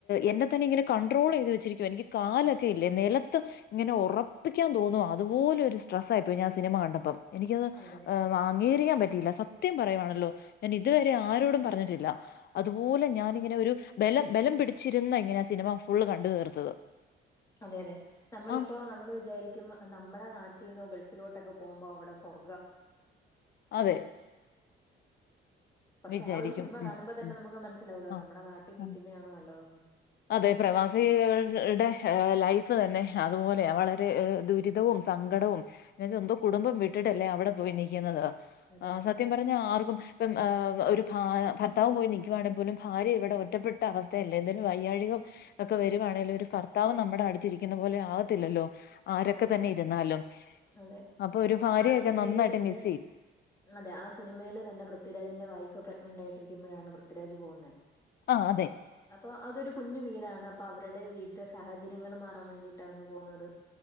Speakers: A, on the left (about 55°); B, on the left (about 15°).
A: എന്നെ തന്നെ ഇങ്ങനെ കണ്ട്രോളെയ്ത് വെച്ചിരിക്കുവാ. എനിക്ക് കാലൊക്കെ ഇല്ലേ നിലത്ത് ഇങ്ങനെ ഉറപ് പ്പിക്കാൻ തോന്നുവാ. അതുപോലൊരു സ്ട്രെസ് ആയിപ്പോയി ഞാൻ സിനിമ കണ്ടപ്പം. എനിക്കത്
B: അതെ
A: അ് മാ അങ്കീരിക്കാൻ പറ്റിയില്ല. സത്യം പറയുവാണല്ലോ ഞാൻ ഇതുവരെ ആരോടും പറഞ്ഞിട്ടില്ല. അതുപോലെ ഞാനിങ്ങനെ ഒരു ബലം ബലം പിടിച്ചിരുന്ന ഇങ്ങനാ സിനിമ ഫുള്ള് കണ്ട് തീർത്തത്
B: അതെ അതെ നമ്മളിപ്പോ
A: ആഹ്
B: നമ്മള് വിചാരിക്കും നമ്മളെ നാട്ടീന്നൊ ഗൾഫ് ലോട്ടൊക്കെ പോകുമ്പോ അവിടെ സ്വർ
A: അതെ
B: പക്ഷെ
A: വിചാരിക്കും
B: ആ ഒരു സിനിമ
A: ഉം
B: കാണുമ്പോ തന്നെ
A: ഉം
B: നമുക്ക് മനസിലാവല്ലോ?
A: ആഹ്
B: നമ്മുടെ നാട്ടി നിക്കുന്നയാണ്
A: ആഹ്
B: നല്ലതന്ന്.
A: അതെ പ്രവാസികളുടെ ലൈഫ് തന്നെ അതുപോലെയ വളരെ ദുരിതവും. സങ്കടവും എന്ന എന്തോ കുടുംബം വിട്ടിട്ടല്ലേ? അവിടെ പോയി നിൽക്കുന്നത്.
B: അതെ
A: ആ സത്യം പറഞ്ഞ ആർക്കും. ഇപ്പം ഒരു ഭ ഭർത്താവ് പോയി നിക്കുവാണെ പോലും ഭാര്യെ ഇവിടെ ഒറ്റപ്പെട്ട അവസ്ഥയല്ലേ ത് വൈയ്യഴികം ഒക്കെ വരുവാണെല് ഒരു ഭർത്താവ് നമ്മുടെ അടുത്തിക്കുന്ന പോലെ ആവത്തില്ലല്ലോ ആരൊക്കെ
B: അതില്ല
A: തന്നെ ഇരുന്നാലും,
B: അതെ
A: അപ്പൊ ഒരു ഭാര്യയൊക്കെ
B: ആ സിനിമയില്
A: നന്നായിട്ട്
B: തന്നെ
A: മിസ്സെയ്യും
B: അതെ ആ സിനിമയില് തന്നെ പൃഥ്വിരാജിന്റെ വൈഫ് പ്രഗ്നന്റ് ആയിട്ടിരിക്കുമ്പോഴാണ് പൃഥ്വിരാജ് പോകുന്ന
A: ആ അതെ.
B: അപ്പൊ അതൊരു കുഞ്ഞു വീടാണ്. അപ്പൊ അവരുടെ വീട്ടില സാഹചര്യങ്ങൾ മാറാൻ വേണ്ടിയിട്ടാണ് പോകുന്നത്.